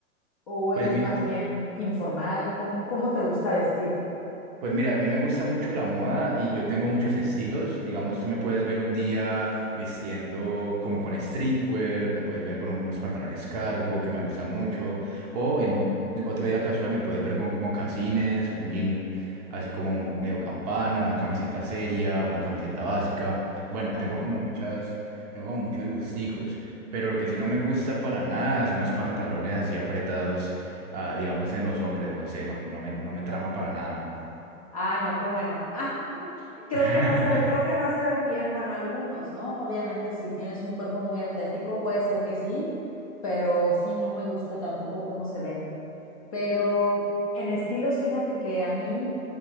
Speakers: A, on the left (about 25°); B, on the right (about 30°).
A: o
B: Pues
A: eres
B: mi-
A: más bien informal, ¿cómo, cómo te gusta vestir?
B: Pues mira, a mí me gusta mucho la moda y yo tengo muchos estilos. Digamos, tú me puedes ver un día vistiendo como con streetwear, me puedes ver con unos pantalones cargo que me gustan mucho, o
A: Ajá,
B: en un otro día casual me puedes ver con como casines, un jean así como medio campana, una camiseta seria, una camiseta básica. Bueno,
A: ajá.
B: tengo como muchas, tengo como muchos gusticos, pero lo que
A: ujú.
B: sí no me gusta para nada son los pantalones así apretados, ah, digamos, en los hombres, no sé, no, no me, no me trama para nada.
A: Ay, no, qué bueno. <laughs> Creo
B: <laughs>
A: que no se, creo que no se ven bien, bueno, algunos, ¿no? Obviamente, si tienes un cuerpo muy atlético, puede ser que sí, pero sí no me gusta tampoco cómo se ven. Pero en estilos, fíjate que a mí,